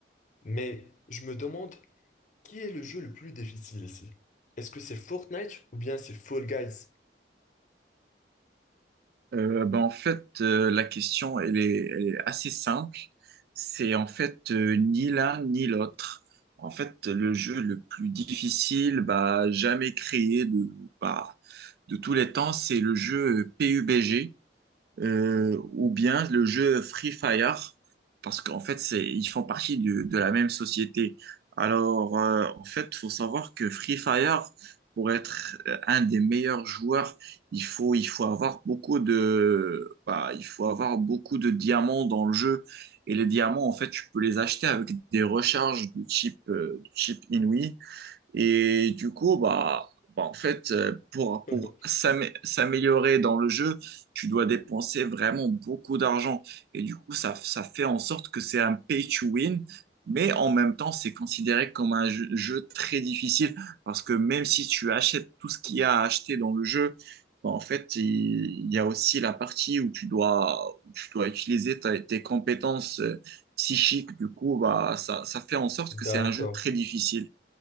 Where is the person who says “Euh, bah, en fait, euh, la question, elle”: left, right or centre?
Right